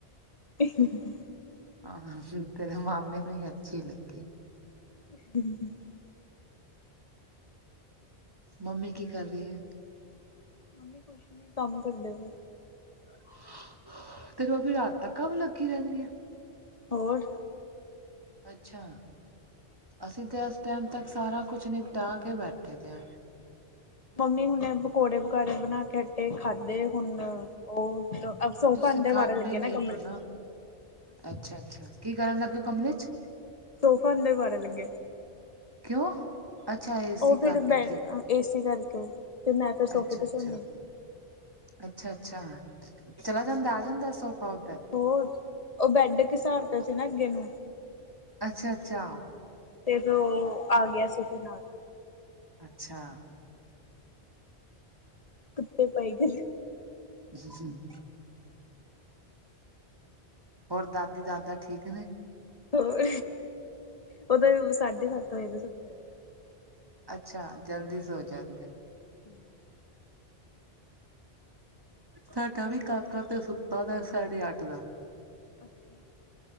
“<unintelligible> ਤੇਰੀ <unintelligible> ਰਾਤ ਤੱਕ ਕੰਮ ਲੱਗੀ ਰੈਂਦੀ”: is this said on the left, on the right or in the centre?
Right